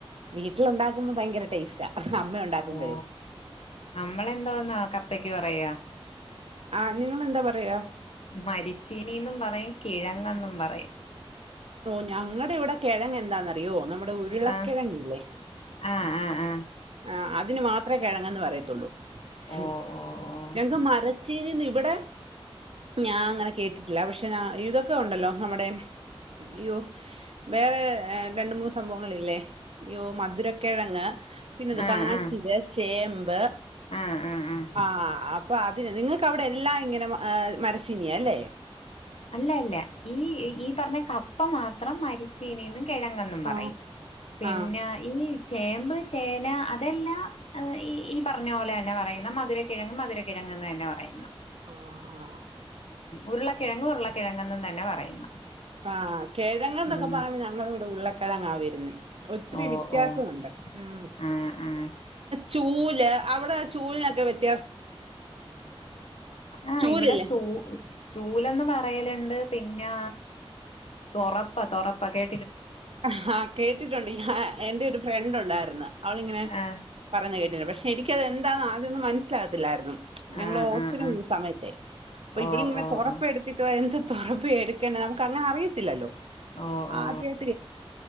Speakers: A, on the right; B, on the left.
A: വീട്ടിൽ ഉണ്ടാക്കുമ്പോ ഭയങ്കര ടേസ്റ്റാ അമ്മ ഉണ്ടാക്കുമ്പോഴേ
B: ഓ നമ്മളെന്തോന്നാ കപ്പയ്ക്ക് പറയ?
A: ആഹ്‌ നിങ്ങളെന്താ പറയാ?
B: മരിച്ചീനീന്നും പറയും കിഴങ്ങെന്നും പറയും
A: ഓ ഞ ങ്ങടെ ഇവിടെ കിഴങ്ങ് എന്താന്നറിയോ നമ്മുടെ ഉരുളക്കിഴങ്ങില്ലേ
B: ആഹ് ആഹ് ആഹ് ആഹ്
A: ആ അതിന് മാത്രമേ കിഴങ്ങെന്ന് പറയത്തുള്ളൂ ഹ്‌
B: ഓഹ് ഓഹ് ഓഹ്
A: ഞങ്ങൾക്ക് മരച്ചിനി ഇവിടെ ഞാൻ അങ്ങനെ കേട്ടിട്ടില്ല പക്ഷെ ഇതൊക്കെ ഉണ്ടല്ലോ നമ്മുടെ ഇയ്യോ വേറെ രണ്ട് മൂന്ന് സംഭവങ്ങളില്ലേ ഇയ്യോ മധുരക്കിഴങ്ങ് പിന്നെന്തുവാ
B: ആഹ്
A: കാച്ചില്
B: ആഹ്
A: ചേമ്പ്
B: ആഹ് ആഹ് ആഹ്
A: ആഹ്‌ അപ്പൊ അത്- നിങ്ങൾക്ക് അവിടെ എല്ലാം ഇങ്ങനെ മരച്ചീനിയാ അല്ലെ
B: അല്ല അല്ല ഈ ഈ പറഞ്ഞ കപ്പ മാത്രം മരിച്ചീനിന്ന് കിഴങ്ങെന്നും പറയും
A: ആഹ്
B: പിന്നെ
A: ആഹ്
B: ഈ- ചേമ്പ്, ചേന അതെല്ലാം ഈ ഈ പറഞ്ഞ പോലെ തന്നെ പറയുന്നെ മധുര കിഴങ്ങ് മധുര കിഴങ്ങ് എന്ന് തന്നെ പറയുന്നെ
A: ആഹ്
B: ഉരുള- കിഴങ്ങും ഉരുളകിഴങ്ങ് എന്നന്ന് തന്നെ പറയുന്നു
A: ആ കെഴങ്ങ് എന്നൊക്കെ
B: ഉം
A: പറയുമ്പോ ഞങ്ങളുടെ ഇവിടെ ഉരുളക്കിഴങ്ങാ വരുന്നേ ഒത്തിരി
B: ഓഹ്
A: വ്യത്യാസമുണ്ട്
B: ഓഹ്
A: ഉം
B: ആഹ് ആഹ്
A: ചൂല് അവിടെ ചൂലിനൊക്കെ വ്യ-
B: ആഹ്
A: ചൂലില്ലേ
B: ഇവിടെ ചൂ ചൂലന്ന് പറയലുണ്ട് പിന്നെ തൊറപ്പാ തൊറപ്പ കേ
A: ആഹ് കേട്ടിട്ടുണ്ട് ഞ എന്റെ ഒരു ഫ്രണ്ട് ഉണ്ടായിരുന്നു അവളിങ്ങനെ
B: ആഹ്
A: പറഞ്ഞു കേട്ടി ട്ടുണ്ട് പക്ഷേ എനിക്കത് എന്താന്ന് ആദ്യം ഒന്നും മനസ്സിലാകത്തില്ലായിരുന്നു ഞങ്ങൾ
B: ആഹ്
A: ഹോസ്റ്റലിൽ
B: ആഹ് ആഹ്
A: നിന്ന സമയത്തെ അപ്പോ ഇവളിങ്ങനെ
B: ഓ ഓ
A: തുറപ്പ
B: ഓ
A: എടുത്തിട്ട് വാ എ തുറപ്പയെടു നമുക്ക് അങ്ങനെ അറിയത്തില്ലല്ലോ
B: ഓ ഓ
A: ആദ്യാ